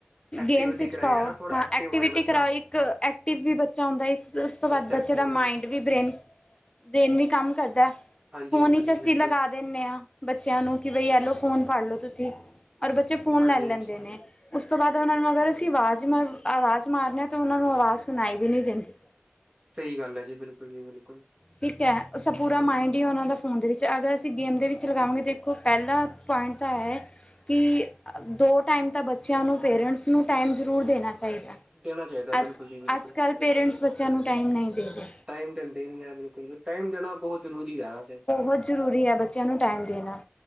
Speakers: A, on the right; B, on the left.
A: ਐਕਟੀਵਿਟੀ
B: ਗੇਮਸ ਇੰਚ
A: ਕਰਾਏ
B: ਪਾਓ,
A: ਹਨਾ ਥੋੜਾ
B: ਹਾਂ
A: ਐਕਟਿਵ
B: ਐਕਟੀਵਿਟੀ
A: ਹੋਏ ਬੱਚਾ
B: ਕਰਾਓ ਇੱਕ ਐਕਟਿਵ ਵੀ ਬੱਚਾ ਹੁੰਦਾ। ਉਸ ਤੋਂ
A: ਬੱਚਾ
B: ਬਾਅਦ ਬੱਚੇ
A: ਐਕਟਿਵ
B: ਦਾ
A: ਰਹੇ
B: ਮਾਇੰਡ ਵੀ ਬ੍ਰੇਨ-ਬ੍ਰੇਨ ਵੀ ਕੰਮ ਕਰਦਾ
A: ਹਾਂਜੀ
B: ਫੋਨ
A: ਹਾਂਜੀ
B: ਹੀ
A: ਜੀ
B: ਅੱਸੀ
A: ਬਿਲਕੁਲ
B: ਲਗਾ ਦਿੰਦੇ ਆ ਬੱਚਿਆਂ ਨੂੰ ਕਿ ਬਈ ਐਲੋ ਫੋਨ ਫੜ ਲੋ ਤੁਸੀਂ ਔਰ ਬੱਚੇ ਫੋਨ
A: ਹਾਂਜੀ
B: ਲੈ ਲੈਂਦੇ।
A: ਹਾਂਜੀ
B: ਨੇ ਉਸ ਤੋਂ ਬਾਅਦ ਉਹਨਾਂ ਨੂੰ ਅਗਰ ਅਸੀਂ ਵਾਜ਼ ਮਾਰ ਆਵਾਜ਼ ਮਾਰਨੇ ਆਂ ਤਾਂ ਉਹਨਾਂ ਨੂੰ ਆਵਾਜ਼ ਸੁਣਾਈ ਵੀ ਨੀ ਦਿੰਦੀ।
A: ਸਹੀ ਗੱਲ ਐ ਜੀ ਬਿਲਕੁਲ ਜੀ, ਬਿਲਕੁਲ।
B: ਠੀਕ ਐ, ਉਹ ਪੂਰਾ ਮਾਇਂਡ ਹੀ ਉਹਨਾਂ ਦਾ ਫੋਨ ਦੇ ਵਿੱਚ ਅਗਰ ਅਸੀਂ ਗੇਮ ਦੇ ਵਿੱਚ ਲਗਾਵਾਂਗੇ ਦੇਖੋ ਪਹਿਲਾਂ ਪੁਆਇੰਟ ਤਾਂ ਐ। ਕਿ ਦੋ ਟਾਈਮ ਤਾਂ ਬੱਚਿਆਂ ਨੂੰ, ਪੇਰੈਂਟਸ ਨੂੰ ਟਾਈਮ ਜ਼ਰੂਰ ਦੇਣਾ ਚਾਹੀਦਾ।
A: ਦੇਣਾ ਚਾਹੀਦਾ ਹੈ, ਬਿਲਕੁਲ
B: ਅੱਜ,
A: ਜੀ ਬਿਲਕੁਲ
B: ਅੱਜ- ਕੱਲ੍ਹ ਪੇਰੈਂਟਸ ਬੱਚਿਆਂ ਨੂੰ ਟਾਈਮ ਨਹੀਂ ਦੇਦੇ।
A: ਟੈਮ ਦਿੰਦੇ ਹੀ ਨਹੀਂ ਐ ਬਿਲਕੁਲ ਵੀ, ਟੈਮ ਦੇਣਾ ਬਹੁਤ ਜ਼ਰੂਰੀ ਐ ਵੈਸੇ।
B: ਬਹੁਤ ਜ਼ਰੂਰੀ ਐ, ਬੱਚਿਆਂ ਨੂੰ ਟੈਮ ਦੇਣਾ।